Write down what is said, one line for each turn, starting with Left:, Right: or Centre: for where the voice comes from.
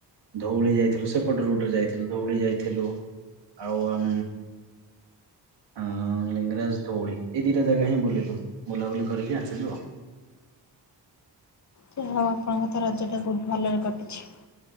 Right: ଧଉଳି ଯାଇଥିଲୁ। ସେପଟ ରୁଟରେ ଯାଇଥିଲୁ। ଧଉଳି ଯାଇଥିଲୁ। ଆଉ ଆମ ହଁ ଲିଙ୍ଗରାଜ, ଧଉଳି ଏଇ ଦିଟା ଜାଗା ହିଁ ବୁଲିଲୁ, ବୁଲାବୁଲି କରିକି ଆସିଲୁ ଆଉ।
Left: ଯାହା ହଉ ଆପଣଙ୍କ ରଜଟା ବହୁତ ଭଲରେ କଟିଛି।